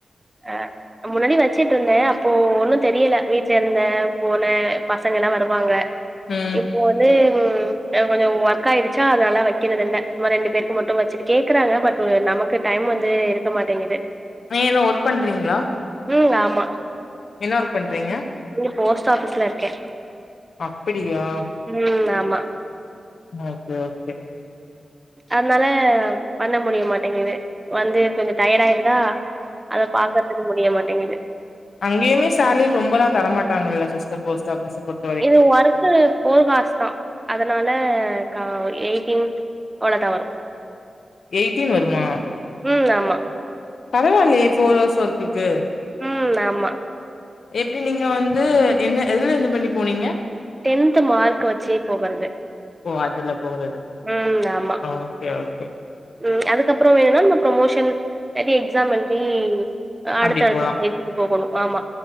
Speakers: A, on the right (about 20°); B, on the left (about 70°).
A: அ முன்னாடி வெச்சுட்ருந்தே அப்போ ஒன்னு தெரியல வீட்டல இருந்தே போனே பசங்கலா வருவாங்க
B: ம்
A: இப்போ வந்து ம் எனக் கொஞ்ச ஒர்க் ஆயிடுச்சா அதனால வெக்கிறதில்ல சும்மா ரெண்டு பேருக்கு மட்டு வச்சுட்டு கேக்குறாங்க பட்டு நமக் கு டைம் வந்து இருக்க மாட்டிங்குது
B: நீங்க எது ஒர்க் பண்றீங்ளா
A: ம் ஆமா
B: என்ன ஒர்க் பண்றீங்க
A: ம் போஸ்ட் ஆஃபீஸ்ல இருக்கே
B: அப்பிடியா
A: ம் ஆமா
B: ஓகே ஓகே
A: அதுனால பண்ண முடிய மாட்டேங்குது வந்து கொஞ்ச டயர்ட் ஆயிருதா அத பாக்கற்த்துக்கு முடிய மாட்டிங்குது
B: அங்கயுமே சாலரி ரொம்பலா தர மாட்டாங்கல்ல சிஸ்டர் போஸ்ட் ஆஃபீஸ பொருத்
A: இது வரன் இது ஃபோர் ஹார்ஸ் தா அதனால கா எயிட்டீன் அவ்ளோதா வரு
B: எயிட்டீன் வருமா
A: ம் ஆமா
B: பரவால்லயே ஃபோர் ஹவர்ஸ் ஒர்க்குக்கு
A: ம் ஆமா
B: எப்டி நீங்க வந்து என்ன எதுலருந்து பண்ணி போனீங்க
A: டென்த்து மார்க்க வச்சி இப்ப வருது
B: ஓ அதுல போறது
A: ம் ஆமா
B: ஓகே ஓகே
A: ம் அதுக்கப்பற வேணுனா நம்ம ப்ரமோஷன் இல்லாட்டி எக்ஸாம் எழுதி ஆ அடுத்த
B: அப்டி
A: எடத்துக்
B: போலா
A: போய்ட்டு போகணு ஆமா